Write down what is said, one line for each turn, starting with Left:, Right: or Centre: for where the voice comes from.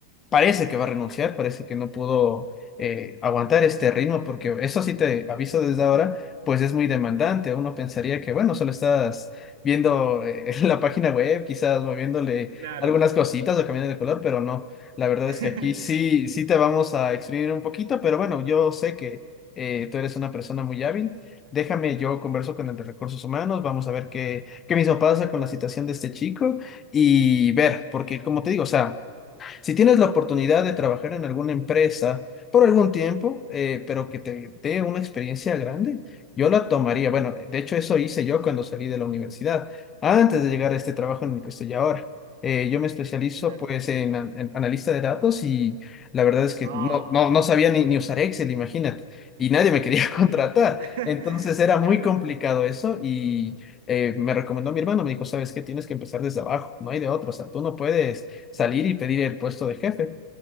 Left: parece que va a renunciar, parece que no pudo eh, aguantar este ritmo, porque eso sí te aviso desde ahora, pues es muy demandante. Uno pensaría que, bueno, solo estás viendo eh, <laughs> la página web, quizás moviéndole
Right: claro.
Left: algunas cositas o cambiando de color, pero no. La verdad
Right: <laughs>
Left: es que aquí sí, sí te vamos a exprimir un poquito, pero bueno, yo sé que eh, tú eres una persona muy hábil. Déjame, yo converso con el de recursos humanos, vamos a ver qué, qué mismo pasa con la situación de este chico y ver, porque como te digo, o sea, si tienes la oportunidad de trabajar en alguna empresa por algún tiempo, eh, pero que te dé una experiencia grande, yo la tomaría. Bueno, de hecho eso hice yo cuando salí de la universidad, antes de llegar a este trabajo en el que estoy ahora. Eh, yo me especializo
Right: Claro.
Left: pues en, an- en analista de datos y la verdad es que
Right: Ah,
Left: no, no, no sabía ni, ni usar Excel, imagínate, y nadie me quería <laughs> contratar.
Right: <laughs>
Left: Entonces era
Right: claro,
Left: muy complicado eso y eh, me recomendó mi hermano, me dijo, ¿sabes qué? Tienes que empezar desde abajo, no hay de otro, o sea, tú no puedes salir y pedir el puesto de jefe.